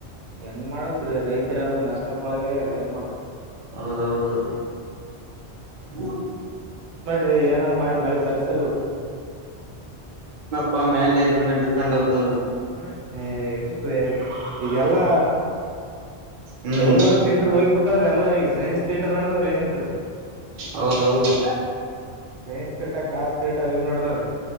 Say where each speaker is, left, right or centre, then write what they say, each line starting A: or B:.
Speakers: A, on the right; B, on the right.
A: ಹೆಂಗ್ ಮಾಡಕ್ ರೀ ರೈತರೆ ಎಲ್ಲಾ ನಷ್ಟಕ್ಕೊಳಗಯಾರ ಏನ್ ಮಾಡತ್
B: ಹೌದೌದು ಹ್ಮ
A: ರೀ ಏನಂದ ಮಾಡಿ ಮ ತರ್ಸರು-
B: ಪಾ ಮೇಲೆ ಇದರ್ ಡಿಪೆಂಡ್ ಆದು
A: ಹ ಎಲ್ ಈಗೆಲ್ಲಾ
B: ಹ್ಮ್
A: ದೇವರು ದೀನ್ಡರು ಹೋಗಿಬಿಟ್ಟವ್ರ ಎಲ್ಲಾ ಈಗ ಸೈನ್ಸ್ ಥಿಯೇಟರ್ ನಡದವ್ರ ಏನಿದರು
B: ಹೌದೌದು
A: ಸೈನ್ಸ್ ತೀಟ ಕಾಸ್ ತೀಟ ಇವ್ ನಡ್ದಾವ್ರೆ